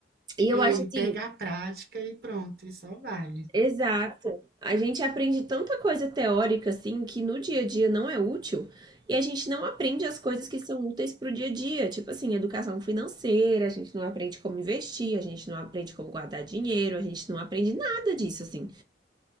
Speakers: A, on the right; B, on the right.
A: E
B: Ei,
A: eu acho assim,
B: pega a prática e pronto, e só vai.
A: Exato. A gente aprende tanta coisa teórica assim que no dia a dia não é útil e a gente não aprende as coisas que são úteis para o dia a dia, tipo assim, educação financeira, a gente não aprende como investir, a gente não aprende como guardar dinheiro, a gente não aprende nada disso assim.